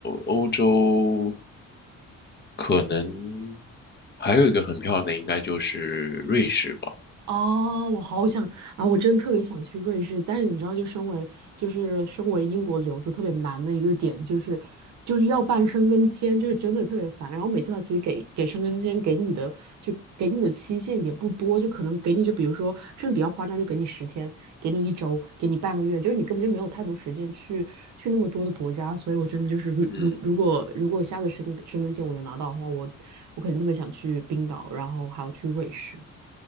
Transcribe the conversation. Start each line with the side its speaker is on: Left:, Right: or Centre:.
Left: 欧洲可能还有一个很漂亮的，应该就是瑞士吧。
Right: 哦，我好想啊！我真的特别想去瑞士，但是你知道，就身为就是身为英国留子特别难的一个点，就是就是要办申根签，就是真的特别烦。然后每次他其实给给申根签给你的就给你的期限也不多，就可能给你就比如说甚至比较夸张，就给你十天，给你一周，给你半个月，就是你根本就没有太多时间去去那么多的国家。所以我真的就是如如如果如果下次申申根签我能拿到的话，
Left: 嗯，
Right: 我我肯定特别想去冰岛，然后还要去瑞士。